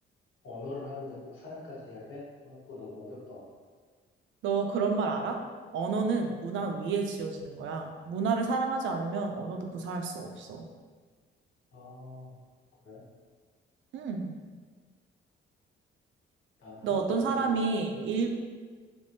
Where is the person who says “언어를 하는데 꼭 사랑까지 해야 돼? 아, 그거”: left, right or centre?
Left